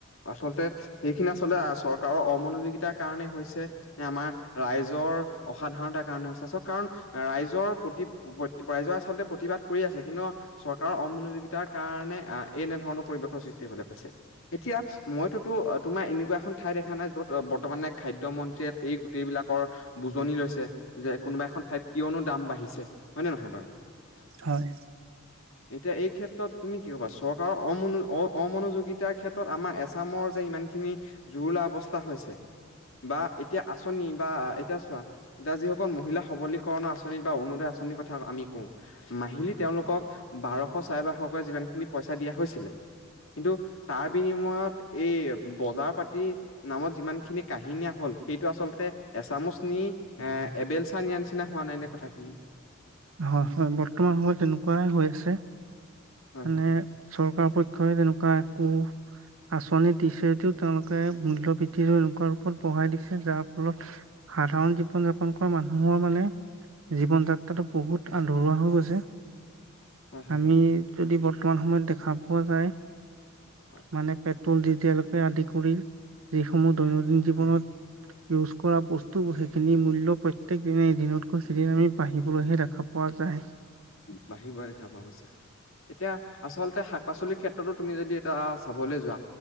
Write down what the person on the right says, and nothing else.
হয়।
হয়, হয় বৰ্তমান সময়ত তেনেকুৱাই হৈ আছে।
মানে
চৰকাৰ পক্ষই তেনেকুৱা একো
আঁচনি দিছেটো তেওঁলোকে মূল্য বৃদ্ধিৰো লোকৰ ওপৰত বঢ়াই দিছে যাৰ ফলত সাধাৰণ জীৱন-যাপন কৰা মানুহৰ মানে জীৱন যাত্ৰাটো বহুত আধৰুৱা হৈ গৈছে,
আমি
যদি বৰ্তমান সময়ত দেখ খা পোৱা যায়
মানে পেট্ৰল ডিজেলকে আদি কৰি যিসমূহ- দৈনন্দিন জীৱনত-
ইউজ কৰা বস্তুবোৰ সেইখিনি মূল্য প্ৰত্যেক দিনে দিনতকৈ আমি বাঢ়িবলৈহে ৰাখোঁ খ পোৱা যায়।